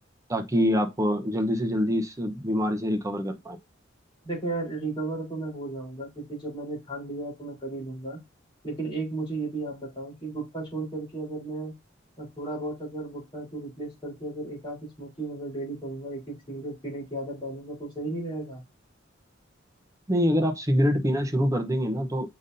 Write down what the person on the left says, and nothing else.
देखो यार रिकवर तो मैं हो जाऊंगा क्योंकि जब मैंने ठान लिया है तो मैं कर ही लूंगा लेकिन एक मुझे ये भी आप बताओ कि गुटखा छोड़ करके अगर मैं थोड़ा बहुत अगर गुटखा को रिप्लेस करके अगर एक आध स्मोकिंग अगर डेली करूंगा एक एक सिगरेट पीने की आदत डालूंगा तो सही नहीं रहेगा